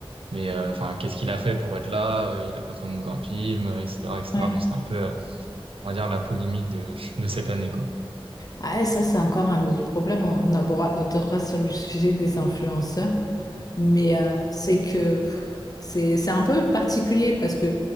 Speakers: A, on the right; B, on the left.
A: mais, euh, enfin, qu'est-ce qu'il a fait pour être là? Euh, Il a pas tourné dans un film, euh, etc., etc.
B: ouais.
A: Donc, c'était un peu, euh, on va dire, la polémique de, <laughs> de cette année, quoi.
B: Ah, et ça, c'est encore un autre problème. On, on abordera sur le sujet des influenceurs. Mais euh, c'est que pff, c'est c'est un peu particulier parce que